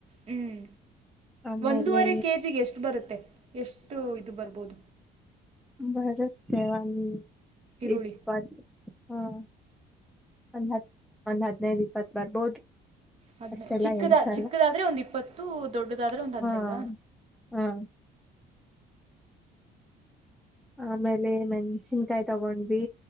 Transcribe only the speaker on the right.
ಹ್ಮ್
ಒಂದೂವರೆ ಕೆಜಿಗೆ ಎಷ್ಟು ಬರುತ್ತೆ ಎಷ್ಟು ಇದು ಬರ್ಬೋದು.
ಈರುಳ್ಳಿ
ಹದ್ನೈದು
ಚಿಕ್ಕದ
ಚಿಕ್ಕದಾದ್ರೆ ಒಂದ್ ಇಪ್ಪತ್ತು ದೊಡ್ಡದಾದ್ರೆ ಒಂದು ಹದಿನೈದ.